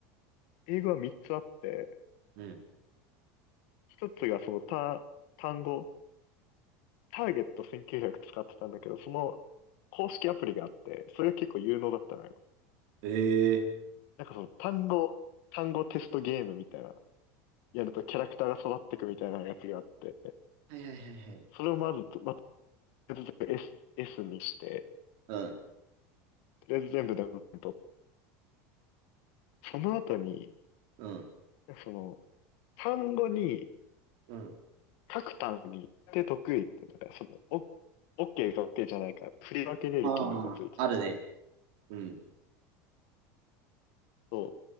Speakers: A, on the left; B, on the right.
A: 英語は3つあって、
B: うん。
A: 1つがそのた単語、ターゲット1900使ってたんだけど、その公式アプリがあって、それが結構有能だったのよ。
B: えー
A: なんかその単語、単語テストゲームみたいな。やるとキャラクターが育ってくみたいなやつがあって、
B: はいはいはいはいはいはい。
A: それをまずと、まあ、とりあえず S、S にして、
B: うん。
A: とりあえず全部で4点取って、その後に、
B: うん。
A: その、単語に、
B: うん。
A: 各単語に、で得意って、なんかその、お、OK か OK じゃないか、振り分けれる機能がついてたのね。
B: ああ、あるね。うん。
A: そ